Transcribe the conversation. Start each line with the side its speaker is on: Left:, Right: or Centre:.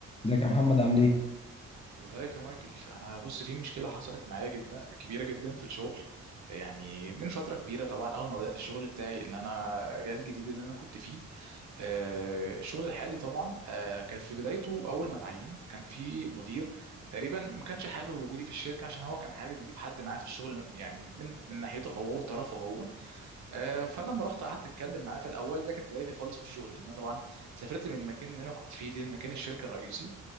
Left: ازيك يا محمد عامل ايه؟
Right: ازيك يا مايكل انا بص في مشكله حصلت معايا جدا كبيره جدا في الشغل يعني من فتره كبيره طبعا اول ما بدات الشغل بتاعي اللي انا جال جديد اللي انا كنت فيه آه، الشغل الحالي طبعا آه، كان في بدايته اول ما اتعينت كان في مدير تقريبا ما كانش حابب وجودي في الشركه عشان هو كان حابب يجيب حد معاه في الشغل يعني من من ناحيته هو وطرفه هو آه، فلما رحت قعدت اتكلم معاه في الاول ده كانت بدايتي خالص من الشغل لان أنا طبعا سافرت من المكان اللي انا كنت فيه للمكان الشركه الرئيسي